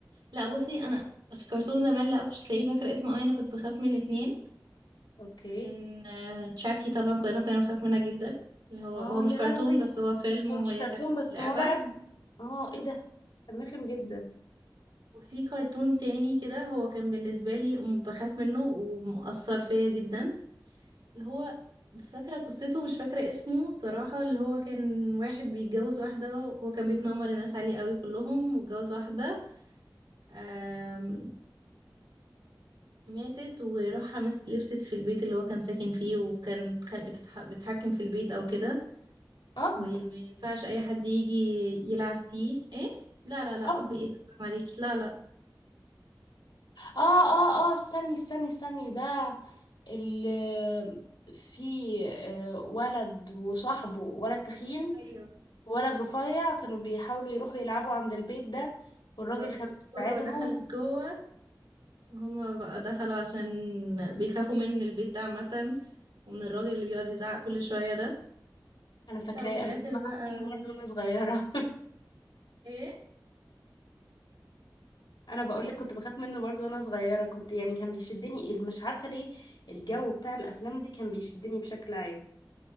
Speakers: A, on the right (about 85°); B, on the left (about 85°).
A: لا بصي انا بس كرتون زمان لا مش هتلاقيه فاكره اسمه اي انا كنت بخاف من اتنين
B: اوكي
A: من آه تشاكي طبعا كلنا كنا بنخاف منها جدا اللي هو
B: اه
A: هو مش
B: يا
A: كرتون
B: لهوي
A: بس هو فيلم
B: هو مش
A: وهي
B: كرتون
A: كانت
B: بس
A: لعبه
B: مرعب اه ايه ده كان رخم جدا
A: وفي كرتون تاني كده هو كان بالنسبه لي م- بخاف منه ومؤثر فيا جدا اللي هو فاكرة قصته مش فاكرة اسمه الصراحة اللي هو كان واحد بيتجوز واحدة هو كان بيتنمر الناس عليه قوي كلهم واتجوز واحدة آم، ماتت وراح مس- لبست في البيت اللي هو كان ساكن فيه وكان خ- بتتح- بتحكم في البيت او كده
B: اب
A: وما ينفعش اي حد يجي يلعب فيه ايه لا لا لا
B: اب
A: اب ايه فاهم عليكي لا لا
B: اه اه اه استني استني استني ده اللي في آه، ولد وصاحبه ولد تخين
A: ايوه
B: وولد رفيع كانوا بيحاولوا يروحوا يلعبوا عند البيت ده والراجل
A: بالظبط
B: كان بيساعدهم
A: الكرة ودخلت جوه وهما بقى دخلوا عشان بيخافوا من البيت ده عامة ومن الراجل اللي بيقعد يزعق كل شوية ده
B: انا فاكراه
A: لا وفي الاخر
B: انا كنت بخاف
A: بقى
B: منه برضه وانا صغيره
A: ايه
B: <laughs> انا بقول لك
A: بس
B: كنت بخاف منه برضه وانا صغيره كنت يعني كان بيشدني مش عارفه ليه الجو بتاع الافلام دي كان بيشدني بشكل عام